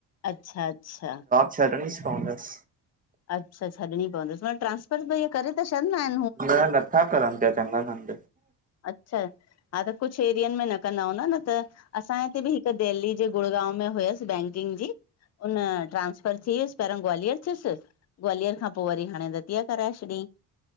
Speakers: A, on the left; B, on the right.
A: अच्छा अच्छा!
B: छॾणी पवंदस।
A: अच्छा छॾणी पवंदस ट्रांसफर भई करे त छॾंदा आहिन?
B: न नथा करन प्या चङा कन।
A: अच्छा हा त कुछ एरियन में न कंदा हूंदा न त असांजे हिते बि हिक दिल्ली जे गुड़गांव में हुयस बैंकिंग जी उन ट्रांसफर थियुस पहिरियों ग्वालियर थियुस ग्वालियर खां पो वरी हाणे दतिया कराए छॾयईं।